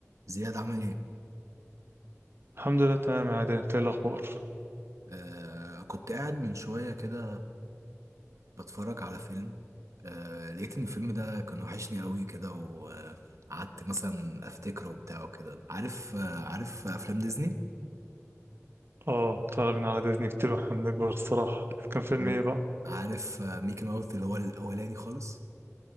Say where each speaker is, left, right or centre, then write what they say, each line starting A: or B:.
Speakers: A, on the right (about 75°); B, on the right (about 50°).
A: زياد عمل ايه
B: الحمد لله تمام يا عادل انت ايه الاخبار
A: آه كنت قاعد من شوية كده بتفرج على فيلم آه لقيت ان الفيلم ده كان وحشني قوي كده وقعدت مثلا افتكره وبتاع وكده عارف آه عارف افلام ديزني
B: اه اتفرجنا على ديزني كتير واحنا بنكبر الصراحه كان فيلم
A: نعم.
B: ايه بقى
A: عارف آه ميكي ماوث اللي هو الاولاني خالص